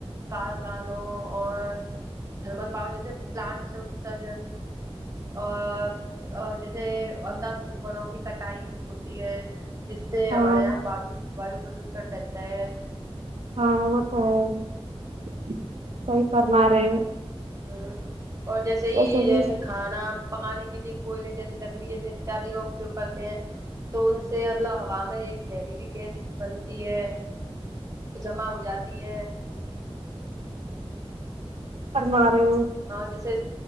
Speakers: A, on the right (about 30°); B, on the right (about 75°).
A: کارکانوں اور تھرمل پاور جیسے پلاانٹ سے اتسرجن اور جیسے اندا دھند بنوں کی کٹائی ہوتی ہے جس سے
B: ہاں
A: ہمارے یہاں ویو پردوشن پھیلتا ہے
B: ہاں وہ تو ہے صحیح کرنا رہے
A: ہ اور جیسے ہی
B: ویسے
A: جیسے
B: بھی
A: کھانا پکانے کے لیے کوئل جیسے لکڑی جیسے اتیادی کا اپیوگ کرتے ہیں تو ان سے مطلب ہوا میں ایک جہریلی گیس بنتی ہے جمع ہو جاتی ہے
B: فرما رہے ہو
A: جیسے